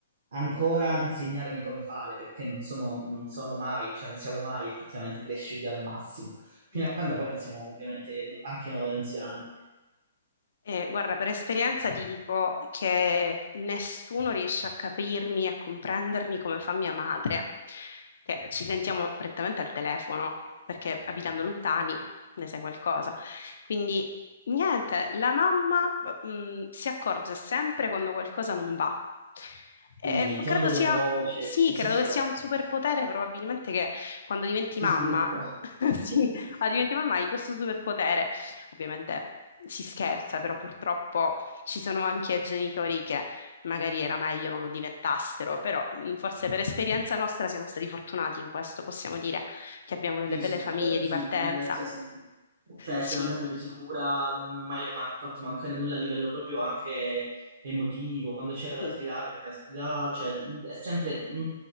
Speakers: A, on the right; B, on the left.
A: ancora insegnarmi come fare, perché non sono, non sono mai, cioè non siamo mai effettivamente cresciuti al massimo fino
B: No.
A: a quando poi non siamo ovviamente no- anche noi anziani.
B: Eh, guarda, per esperienza ti dico che nessuno riesce a capirmi e a comprendermi come fa mia madre, che ci sentiamo prettamente al telefono, perché abitando lontani ne sai qualcosa. Quindi, niente, la mamma, mm, si accorge sempre quando qualcosa non va. E
A: Quindi il tono
B: credo
A: della
B: sia,
A: voce,
B: sì,
A: qualsiasi
B: credo che
A: cosa.
B: sia un superpotere, probabilmente che quando diventi
A: Si
B: mamma,
A: sviluppa.
B: <laughs> sì,
A: <laughs>
B: ah, diventi mamma hai questo superpotere Ovviamente si scherza, però purtroppo ci sono anche genitori che magari era meglio non lo diventassero, però mh, forse per esperienza nostra siamo stati fortunati in questo, possiamo dire che abbiamo delle
A: Sì,
B: belle
A: sì, su
B: famiglie
A: questo
B: di
A: sì,
B: partenza.
A: ti ringrazio sempre. Cioè,
B: Sì,
A: sono sempre più sicura, non ho mai ma- fatto mancare nulla a livello proprio anche emotivo. Quando c'era da
B: sì.
A: sgridare, ti ha sgridato. Cioè, mh, è sempre... mh,